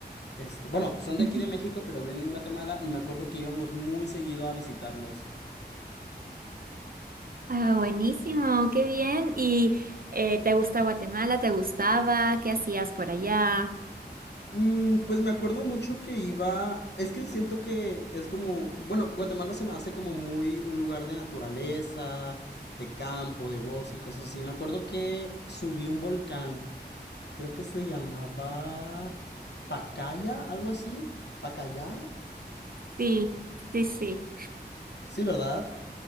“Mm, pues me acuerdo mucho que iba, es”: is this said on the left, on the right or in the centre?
Left